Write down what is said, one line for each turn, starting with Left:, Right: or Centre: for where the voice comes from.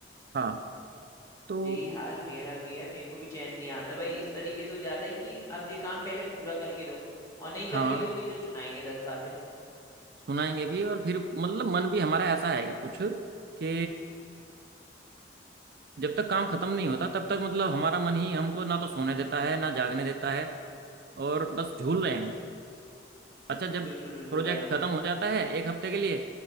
Right: हाँ तो
Left: यही हाल मेरा भी है मेरे को भी चैन नहीं आता भाई इस तरीके से हो जाता है कि अब ये काम पहले पूरा करके दो और नहीं करके
Right: हाँ
Left: दोगे जो सुनाएंगे दस बातें
Right: सुनाएंगे भी और फिर मतलब मन भी हमारा ऐसा है कुछ कि जब तक काम खत्म नहीं होता तब तक मतलब हमारा मन ही हमको ना तो सोने देता है ना जागने देता है और बस झूल रहे हैं अच्छा जब
Left: बिल्कुल बिल्कुल
Right: प्रोजेक्ट
Left: भाई
Right: खत्म हो जाता है एक हफ्ते के लिए